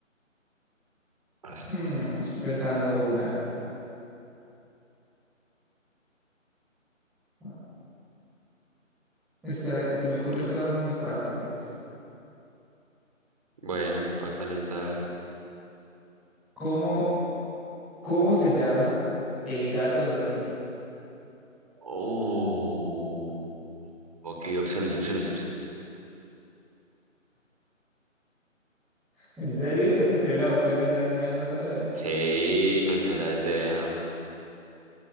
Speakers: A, on the right; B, in the centre.
A: As-
B: hmm, estoy pensando una. Ah, ah, Es que la- se me ocurren
A: skate.
B: todas muy fáciles.
A: Bueno, para calentar.
B: ¿Cómo, cómo se llama el gato de los Simpsons?
A: Oh. Ok, opciones, opciones, opciones.
B: ¿En serio? Es que si lees las opciones ya de una vez vas a ver.
A: Sí, pues es la idea.